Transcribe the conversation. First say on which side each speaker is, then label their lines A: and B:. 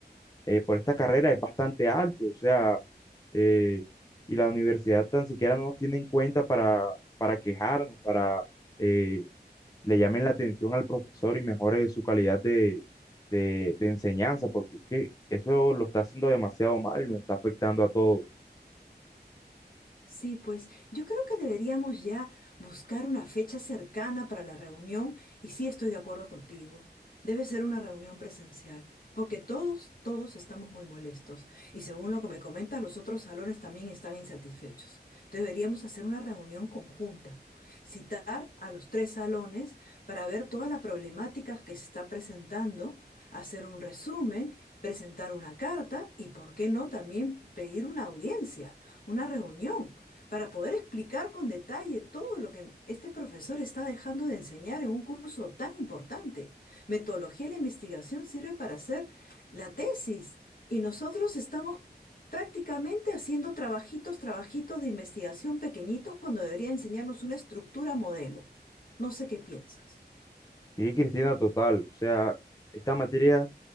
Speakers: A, on the left; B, on the left.
A: eh, por esta carrera es bastante alto, o sea, eh, y la universidad tan siquiera no nos tiene en cuenta para, para quejarnos, para eh, le llamen la atención al profesor y mejore su calidad de, de, de enseñanza, porque es que eso lo está haciendo demasiado mal y nos está afectando a todos.
B: Sí, pues yo creo que deberíamos ya buscar una fecha cercana para la reunión y sí estoy de acuerdo contigo. Debe ser una reunión presencial, porque todos, todos estamos muy molestos y según lo que me comentas, los otros salones también están insatisfechos. Deberíamos hacer una reunión conjunta, citar a los tres salones para ver toda la problemática que se está presentando, hacer un resumen, presentar una carta y, ¿por qué no, también pedir una audiencia, una reunión para poder explicar con detalle todo lo que este profesor está dejando de enseñar en un curso tan importante. Metodología de la investigación sirve para hacer la tesis y nosotros estamos prácticamente haciendo trabajitos, trabajitos de investigación pequeñitos cuando debería enseñarnos una estructura modelo. No sé qué piensas.
A: Sí, Cristina, total, o sea, esta materia,